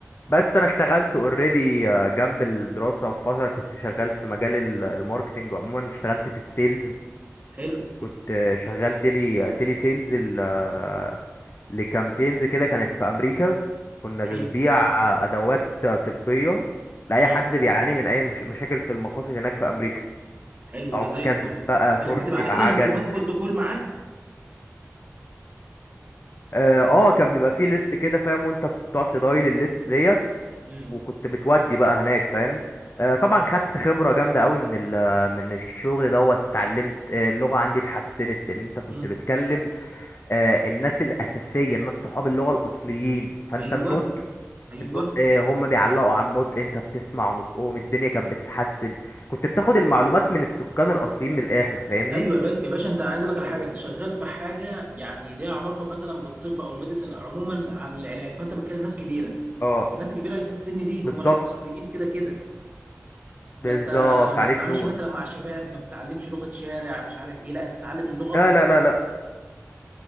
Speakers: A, on the left (about 45°); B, on the right (about 30°).
A: بس انا اشتغلت اوريدي جنب الدراسه في فتره كنت شغال في مجال ال- الماركتينج عموما اشتغلت في السيلز
B: حلو
A: كنت آه، شغال تيلي تيلي سيلز ال- آه، لكامبينز كده كانت في امريكا كنا
B: حلو
A: بنبيع ادوات طبيه لاي
B: امم
A: حد بيعاني من اي مش- مشاكل في المفاصل هناك في امريكا
B: حلو
A: عكاز
B: ده زي الفل
A: بقى كرسي
B: كانت بتبقى على
A: بعجل
B: كده المكالمات كولد كول معاك
A: اه آه، كان بيبقى فيه ليست كده فاهم وانت بتقعد تدايل الليست ديت
B: امم
A: وكنت بتودي بقى هناك فاهم آه، طبعا خدت خبرة جامدة قوي من ال- من الشغل دوت اتعلمت آه، اللغة عندي اتحسنت لأن أنت كنت
B: امم
A: بتكلم آه، الناس الأساسية الناس صحاب اللغة الأصليين فأنت
B: ايوه
A: النطق
B: ايوه
A: النطق آه، هم بيعلقوا على النطق أنت بتسمع نطقهم الدنيا كانت بتتحسن كنت بتاخد المعلومات من السكان الأصليين من الآخر فاهمني؟
B: ايوه يا با- يا باشا انت عايز اقول لك على حاجه انت شغال في حاجه يعني ليها علاقه مثلا بالطب او الميديسن عموما عن العلاج فانت بتكلم ناس كبيره
A: اه
B: الناس الكبيره اللي في السن دي هم
A: بالظبط
B: ناس اصليين كده كده فانت
A: بالظبط
B: ما
A: عليك
B: بتتعاملش
A: نور
B: مثلا مع شباب ما بتتعلمش لغه شارع مش عارف ايه لا انت بتتعلم اللغه
A: لا
B: من
A: لا لا لا